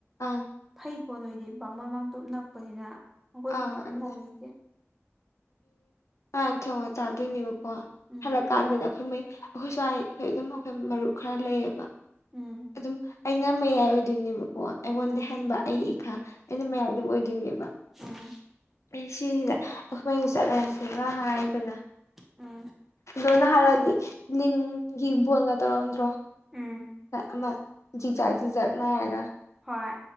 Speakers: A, on the left (about 75°); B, in the centre.
A: ꯑꯪ
B: ꯐꯩꯀꯣ ꯅꯣꯏꯗꯤ ꯕꯥꯃꯣꯟ ꯃꯥꯡꯇꯣꯞ ꯅꯛ ꯂꯥꯛꯄꯅꯤꯅ ꯑꯩꯈꯣꯏ
A: ꯑꯪ
B: ꯁꯝ ꯄꯥꯏꯔꯤꯦꯠ
A: ꯑꯗꯨ
B: ꯃꯥꯎ ꯂꯩꯇꯦ
A: ꯑ ꯊꯣꯡꯉ ꯆꯥꯗꯣꯏꯅꯦꯕꯀꯣ
B: ꯎꯝ
A: ꯍꯜꯂꯛꯀꯥꯟꯥꯟꯕꯗ ꯑꯩꯈꯣꯏ ꯃꯩ ꯑꯩꯈꯣꯏ ꯁ꯭ꯋꯥꯏ ꯑꯩꯈꯣꯏ ꯑꯗꯨꯝ ꯑꯩꯈꯣꯏ ꯃꯔꯨꯞ ꯈꯔ ꯂꯩꯌꯦꯕ
B: ꯎꯝ
A: ꯑꯗꯨꯝ ꯑꯩꯅ ꯃꯌꯥꯏ ꯑꯣꯏꯗꯣꯏꯅꯦꯕꯀꯣ ꯑꯩꯉꯣꯟꯗ
B: ꯎꯝ
A: ꯍꯟꯕ ꯑꯩꯏ ꯏꯈꯥ ꯑꯩꯅ ꯃꯌꯥꯏ ꯑꯗꯨꯝ ꯑꯣꯏꯗꯣꯏꯅꯦꯕ
B: ꯎꯝ
A: ꯑꯩ ꯁꯤꯁꯤꯗ ꯑꯩꯈꯣꯏꯃꯩ ꯆꯠꯂꯁꯤꯕ ꯍꯥꯏꯗꯅ
B: ꯎꯝ
A: ꯑꯣꯅ ꯍꯥꯏꯔꯛꯗꯤ ꯂꯤꯟꯒꯤ ꯕꯣꯣꯟꯅ ꯇꯧꯔꯝꯗ꯭ꯔꯣ
B: ꯎꯝ
A: ꯑꯃ ꯖꯤ ꯆꯥ ꯆ ꯖꯠꯅꯥ ꯍꯥꯏꯒ
B: ꯍꯣꯏ